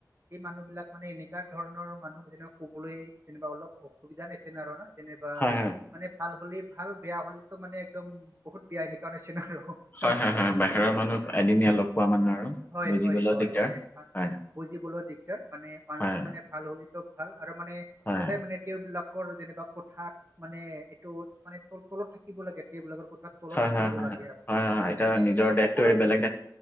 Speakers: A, on the right; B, on the left.
A: এই মানুহ বিলাক মানে এনেককাা ধৰণৰ মানুহ যেনে কবলৈ যেনিবা অলপ অসুবিধা নিচিনা আৰু নয়। যেনিবা
B: হয় হয়
A: মানে ভাল হ'লে ভাল বেয়া হ'লে মানে একদম বহুত বেয়া এনে কাৰণ নি চিনা আৰু।
B: হয়-হয়-হয়-হয় বাহিৰৰ
A: মানে
B: মানুহ এদিন লগ পোৱা মানুহ আৰু
A: হয়
B: বুজিবলৈও
A: হয় হয়
B: দিগদাৰ
A: মানে
B: হয়।
A: ভা- বুজিবলৈ দিগদাৰ মানে মানুহতৰ
B: হয়
A: মানে ভাল হ'লিতো ভাল আৰু মানে
B: হয়
A: সদায় মানে, তেওঁবিলাকৰ যেনিবা কোঠাত মানে এইটো মানে ত তলত থাকিব লাগে তেওঁবিলাকৰ কোঠাত, তলত
B: হয়
A: থাকিব
B: হয় হয়
A: লাগে আৰু
B: হয় হয় হয় এতিয়া
A: মানে
B: নিজৰ দেশটো
A: সকলোৱে
B: এৰি বেলেগ দেশ